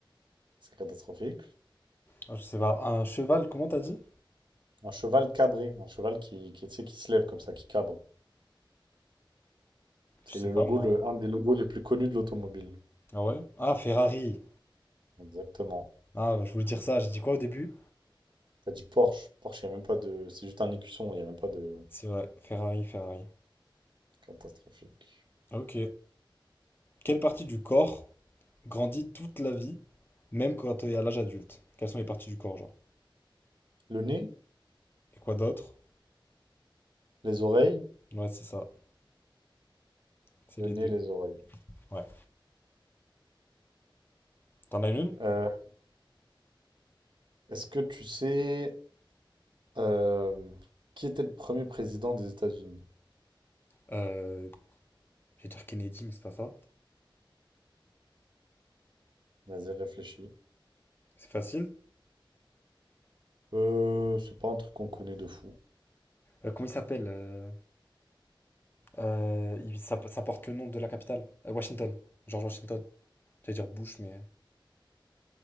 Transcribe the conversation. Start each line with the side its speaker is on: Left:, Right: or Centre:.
Right: C'est catastrophique.
Left: Ah, je sais pas. Un cheval, comment t'as dit?
Right: Un cheval cabré, un cheval qui, qui, tu sais, qui se lève comme ça, qui cabre. C'est
Left: Je sais
Right: le
Left: pas,
Right: logo,
Left: moi.
Right: le, un des logos les plus connus de l'automobile.
Left: Ah ouais? Ah, Ferrari.
Right: Exactement.
Left: Ah, bah, je voulais dire ça, j'ai dit quoi au début?
Right: T'as dit Porsche. Porsche, il n'y a même pas de. C'est juste un écusson, il n'y a même pas de.
Left: C'est vrai, Ferrari, Ferrari.
Right: Catastrophique.
Left: Ah, Ok. Quelle partie du corps grandit toute la vie, même quand t'es à l'âge adulte? Quelles sont les parties du corps, genre?
Right: Le nez,
Left: Et quoi d'autre?
Right: les oreilles.
Left: Ouais, c'est ça. C'est
Right: Le
Left: les
Right: nez,
Left: deux.
Right: les oreilles.
Left: Ouais. T'en as une?
Right: Euh, est-ce que tu sais euh, qui était le premier président des États-Unis?
Left: Euh, je vais dire Kennedy, mais c'est pas ça.
Right: Vas-y, réfléchis.
Left: C'est facile.
Right: Euh, c'est pas un truc qu'on connaît de fou.
Left: Euh, comment il s'appelle euh, euh, il- ça, ça porte le nom de la capitale. Euh, Washington. George Washington. J'allais dire Bush, mais